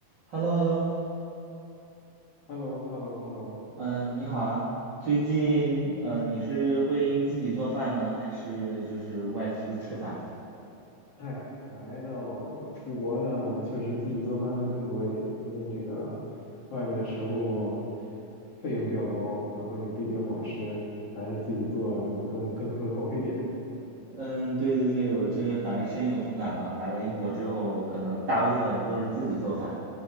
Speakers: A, on the right; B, on the left.
A: h e l l o h e l l o
B: h e l l o h e l l o h e l l o
A: 嗯，你好啊。最近呃，你是会自己做饭呢，还是就是外出吃饭？
B: 哎，来到出国呢，确实自己做饭会更多一点，因为这个外面食物费用比较高，然后也不一定好吃，还是自己做可能更更可口一点。
A: 嗯，对对对，我这个反正深有同感吧。来了英国之后，可能大部分都是自己做饭，